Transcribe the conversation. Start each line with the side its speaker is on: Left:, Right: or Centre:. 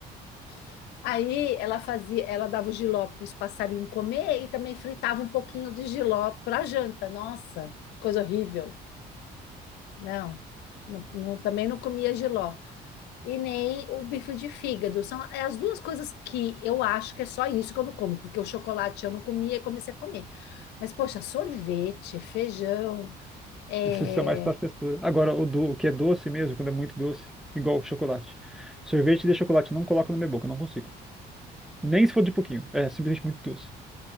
Left: <laughs> aí ela fazia, ela dava o jiló para os passarinhos comer e também fritava um pouquinho de jiló para janta. Nossa, coisa horrível. Não, não, não- também não comia jiló. E nem o bife de fígado. São é as duas coisas que eu acho que é só isso que eu não como, porque o chocolate eu não comia e comecei a comer. Mas, poxa, sorvete, feijão, é,
Centre: Precisa ser mais para textura. Agora, o, do, o que é doce mesmo, quando é muito doce, igual chocolate. Sorvete de chocolate, não coloco na minha boca, não consigo. Nem se for de pouquinho. É simplesmente muito doce.